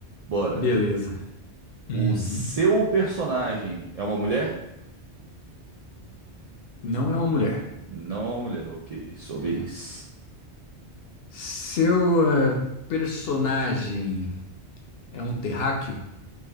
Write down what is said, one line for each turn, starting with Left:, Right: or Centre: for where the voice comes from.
Right: Bora.
Left: Beleza. Uhum.
Right: O seu personagem é uma mulher?
Left: Não é uma mulher.
Right: Não é uma mulher, ok. Sua
Left: É.
Right: vez.
Left: Seu ah, personagem é um terráqueo?